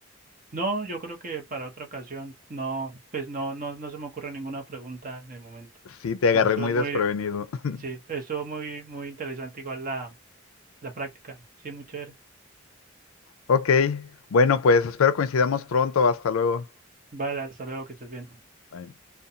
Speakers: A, on the right (about 40°); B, on the left (about 75°).
A: No, yo creo que para otra ocasión no, pues no, no, no se me ocurre ninguna pregunta en el momento.
B: Sí, te agarré
A: Pero estuvo
B: muy
A: muy,
B: desprevenido. <laughs>
A: sí, estuvo muy, muy interesante igual la, la práctica. Sí, muy chévere.
B: Ok, bueno, pues espero coincidamos pronto. Hasta luego.
A: Vale, hasta luego, que estés bien.
B: Bye.